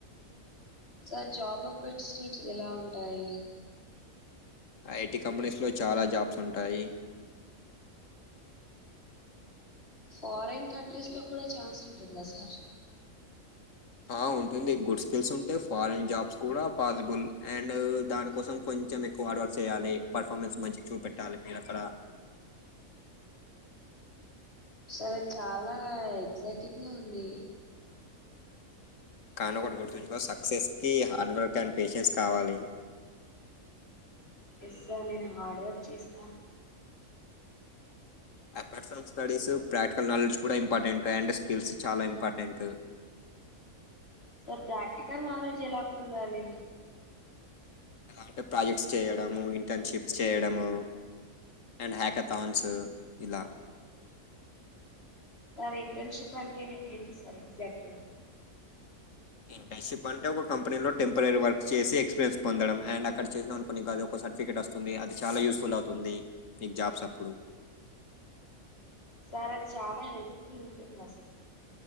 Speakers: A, on the left; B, on the left.
A: సార్ జాబ్ ఆపర్చూవిటీస్ ఎలా ఉంటాయి
B: ఐటి కంపెనీస్ లో చాలా జాబ్స్ ఉంటాయి
A: ఫారెన్ కంట్రీస్ లో కూడా ఛాన్స్ ఉంటుందా సార్
B: ఆ ఉంటుంది గుడ్ స్కిల్స్ ఉంటె ఫారెన్ జాబ్స్ కూడా పాసిబుల్ ఆండ్ దాని కోసం కొంచెం ఎక్కువ హార్డ్ వర్క్స్ చేయాలి పర్ఫార్మెన్స్ మంచి చూపెట్టాలి మీరు అక్కడ
A: సరె చాలా ఎక్సైటింగ్ గా ఉంది
B: కాను కోటు గుర్తుంచుకో సక్సెస్ కి హార్డ్ వర్క్ఆండ్ పేషెన్స్ కావాలి
A: ఎస్ సార్ నేను హార్డ్వర్క్ చేస్తా
B: నా పర్సనల్ స్టడీస్ ప్రాక్టికల్ నాలెడ్జ్ కూడా ఇంపార్టెంట్ ఆండ్ స్కిల్స్ చాలా ఇంపార్టెంట్
A: సర్ ప్రాక్టికల్ నాలెడ్జ్ ఎలా పొందాలి
B: అంటే ప్రాజెక్ట్స్ చేయడము ఇంటన్షిప్ చేయడము ఆండ్ హ్యాకథాన్స్ ఇలా
A: సార్ ఇంటన్షిప్ అంటే ఏంటి సార్ ఎగ్జాక్టుగా
B: ఇంటర్న్షిప్ అంటే ఒక కంపెనీలో టెంపరరీ వర్క్ చేసి ఎక్స్పీరియన్స్ పొందడం ఆండ్ అక్కడ చేసిన అనుకోని అది ఒక సర్టిఫికెట్ వస్తుంది అది చాలా యూస్ఫుల్ అవుతుంది మీకు జాబ్స్ అప్పుడు
A: సార్ అది చాలా హెల్ప్ ఫుల్ ఉంటుంది దా సార్